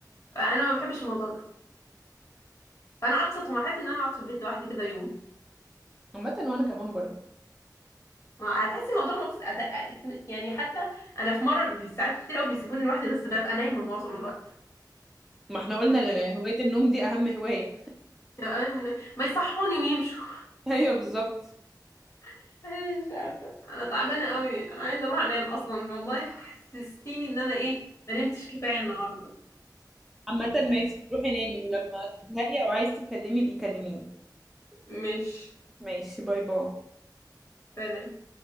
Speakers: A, on the left (about 45°); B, in the centre.
A: آه، انا ما بحبش الموضوع ده فانا اقصى طموحاتي ان انا اقعد في البيت لوحدي كده يوم
B: عامه وانا كمان برضه
A: ما هتحسي الموضوع مبسط أت- أت- يعني حتى انا في مره بي- ساعات كتير قوي بيسيبوني لوحدي بس ببقى نايمه معظم الوقت
B: ما احنا قلنا ل- هوايه النوم دي اهم هوايه
A: ببقى نايمة- ما يصحوني ويمشوا
B: <laughs> ايوه بالظبط
A: <laughs> مش عارفه انا تعبانه قوي انا عايزه اروح انام اصلا والله حسستيني ان انا ايه ما نمتش كفايه النهارده
B: عامه ماشي روحي نامي ولما تزهقي او عايز تتكلمي بيكلميني
A: مش
B: ماشي باي باي
A: سلام